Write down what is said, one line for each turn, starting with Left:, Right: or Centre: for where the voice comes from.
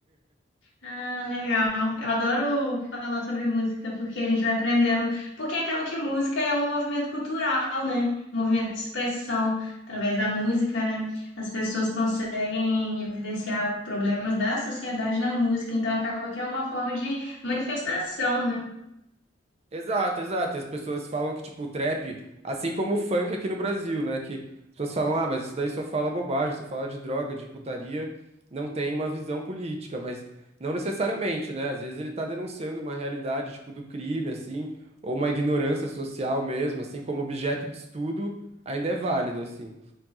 Left: Ah, legal. Eu adoro falar sobre música, porque a gente vai aprendendo. Porque acaba que música é um movimento cultural, né? Um movimento de expressão através da música, né? As pessoas conseguem evidenciar problemas da sociedade na música, então acaba que é uma forma de manifestação, né?
Right: Exato, exato. E as pessoas falam que, tipo, o trap, assim como o funk aqui no Brasil, né? Que as pessoas falam, ah, mas isso daí só fala bobagem, só fala de droga, de putaria, não tem uma visão política, mas não necessariamente, né? Às vezes ele tá denunciando uma realidade, tipo, do crime, assim, ou uma ignorância social mesmo, assim, como objeto de estudo, ainda é válido, assim.